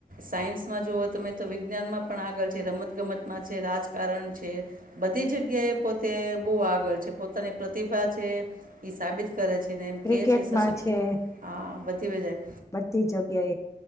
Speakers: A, on the right; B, on the left.
A: સાયન્સમાં જુઓ તમે તો વિજ્ઞાનમાં પણ આગળ છે, રમતગમતમાં છે, રાજકારણ છે. બધી જગ્યા એ પોતે બહું આગળ છે. પોતાની પ્રતિભા છે ઈ સાબિત કરે છે ને એમ
B: ક્રિકેટમાં
A: કે છે સશક્તી
B: છે
A: હા બધ <unintelligible>
B: બધી જગ્યા